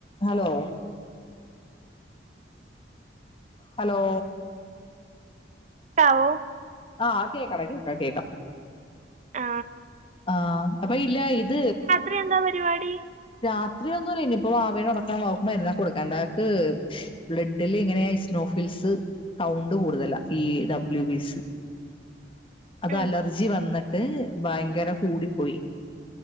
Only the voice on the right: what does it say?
<unintelligible>
ആ
പ്പയെന്താ പരിപാടി
ഉം